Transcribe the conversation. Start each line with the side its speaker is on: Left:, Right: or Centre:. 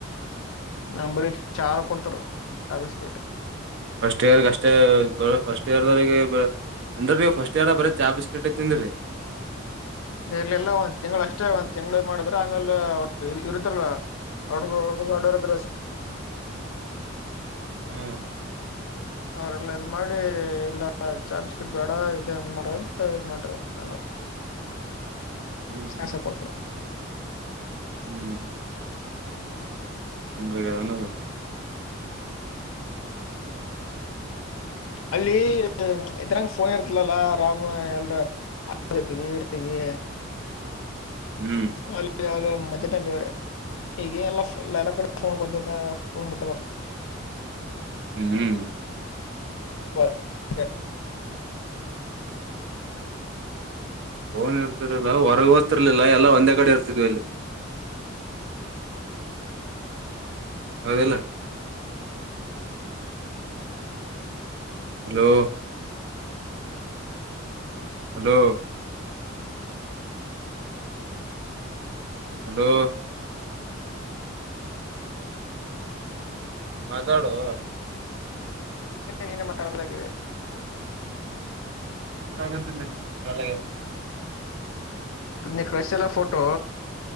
Left: ನಂಬರಿಚಾರ ಕೊಡ್ತಾರ ಚಾಗಸ್ಕಟ್
Right: ಫಸ್ಟ್ ಇಯರ್ ಅಷ್ಟೇ ಫಸ್ಟ್ ಇಯರ್ ದವರಿಗೆ ಅಂದ್ರ ನೀವು ಫಸ್ಟ್ ಎಾರ ಬರೀ ಚಾ ಬಿಸ್ಕಿಟ್ ತಿಂದ್ರಿ
Left: ಇರ್ಲೆಲ್ಲಾ ಒಂದ್ ತಿಂಗ್ಳ ಅಷ್ಟೇ ಒಂದ್ ತಿಂಗಳ ಮಾಡಿದ್ರ ಆಮೇಲೆ ಅವ ಇರುತಾರಲ್ಲ ಅವನುಗಡದಸ್ರ
Right: ಹ್ಮ್
Left: ಅವ್ರಲ್ಲ ಇದ್ ಮಾಡಿ ಇಲ್ಲ ಚಾ ಬಿಸ್ಕಿಟ್ ಬೇಡ ಇ ಮರಂತ ಇದ್ ಮಾಡ್ರ ನ
Right: ಹ್ಮ್
Left: ಸ್ನಾಕ್ಸ್
Right: ಹ್ಮ್
Left: ಕೊಟ್ರು
Right: ಹ್ಮ್ ಒಗವ
Left: ಅಲ್ಲಿ ಇದ್ರಂಗ ಫೋನ್ ಇರ್ತಲಲ್ಲಾ ರಾಮ್ ಎಲ್ರ ಆಡತಿವಿ ಇಡ್ತಿವಿ
Right: ಹ್ಮ್
Left: ಅಲ್ಲಿ ಯ ಮಜ್ ಬೇವ ಈಗ ಎಲ್ಲ ಎಲ್ಲ ಕಡೆ ಫೋನ್ ಬ ಫೋನ್ ಬಟ್ಟ ಬ
Right: ಹ್ಮ್
Left: ಹ್ಮ್ಮ್.
Right: ನ್ ಇರ್ತಿರಲ್ಲ ಹೊರಗಗೆ ಓದ್ತಿರ್ಲಿಲ್ಲ ಎಲ್ಲಾ ಒಂದೇ ಕಡೆ ಇರ್ತಿದ್ವಿ ಇಲ್ಲಿ ಹೌದಿಲ್ಲ ಹಲೋ ಹಲೋ ಹಲೋ ಮಾತಾಡುವ
Left: ನೀನೆ ಮಾತಾಡಲ್ಲಕ್ಕಿದೆ
Right: ಮಾತ್ರ ಆಗದಲ್ಲ ಸರಾಗ
Left: ನ ಕಸೆಲ್ಲ ಫೋಟೋ